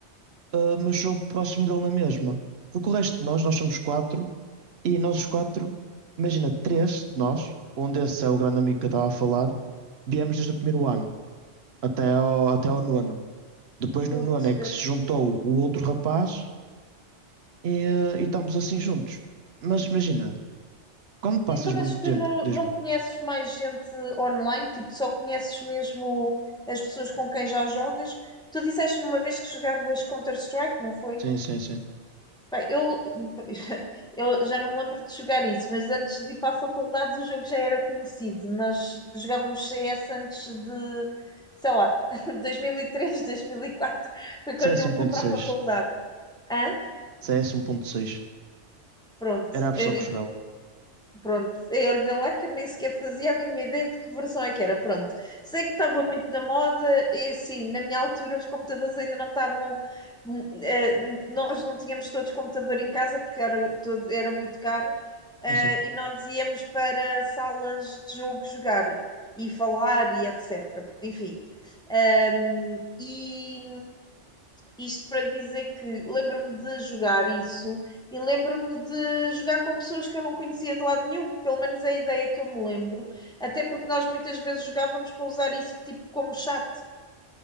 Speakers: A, on the right (about 65°); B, in the centre.
A: Uh, mas sou próximo dele na mesma. Porque o resto de nós, nós somos quatro, e nós os quatro, imagina, três de nós, onde esse é o grande amigo que eu estava a falar, viemos desde o primeiro ano até ao, até ao nono. Depois
B: Estou
A: no nono
B: a perceber.
A: é que se juntou o outro rapaz e, uh, e estamos assim juntos. Mas imagina, quando passas
B: Então,
A: muito
B: mas tu
A: tempo,
B: não,
A: diz-me,
B: não conheces mais gente online? Tipo, só conheces mesmo as pessoas com quem já jogas? Tu disseste-me uma vez que jogavas Counter-Strike, não foi?
A: sim, sim, sim,
B: Bem, eu, <laughs> eu já não me lembro de jogar isso, mas antes de ir para a faculdade o jogo já era conhecido. Nós jogávamos CS antes de, sei lá, <laughs> 2003, 2004, foi quando
A: CS
B: eu
A: 1.6,
B: fui para a faculdade. Hã?
A: CS 1.6,
B: Pronto.
A: era a versão
B: Eu-
A: que jogavam.
B: Pronto, eu vê lá que eu nem sequer fazia a mínima ideia de que versão é que era. Pronto, sei que estava muito na moda e assim, na minha altura os computadores ainda não estavam. hum, eh, nós não tínhamos todos computador em casa porque era, todo, era muito caro eh,
A: Sim, sim.
B: e nós íamos para salas de jogo jogar e falar e etc. Enfim, Hum, e isto para dizer que lembro-me de jogar isso e lembro-me de jogar com pessoas que eu não conhecia de lado nenhum, pelo menos é a ideia que eu me lembro, até porque nós muitas vezes jogávamos para usar isso tipo como chat.